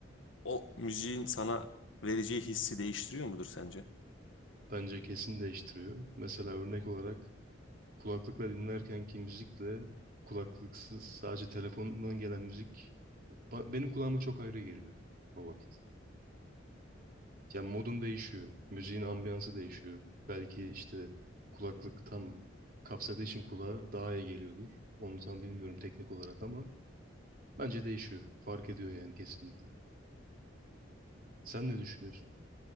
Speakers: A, on the left; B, on the right.
A: o müziğin sana vereceği hissi değiştiriyor mudur sence?
B: Bence kesin değiştiriyor. Mesela örnek olarak kulaklıkla dinlerkenki müzikle kulaklıksız sadece telefondan gelen müzik ba- benim kulağıma çok ayrı geliyor o vakit. Yani modum değişiyor. Müziğin ambiyansı değişiyor. Belki işte kulaklık tam kapsadığı için kulağa daha iyi geliyordur. Onu tam bilmiyorum teknik olarak ama bence değişiyor. Fark ediyor yani kesinlikle. Sen ne düşünüyorsun?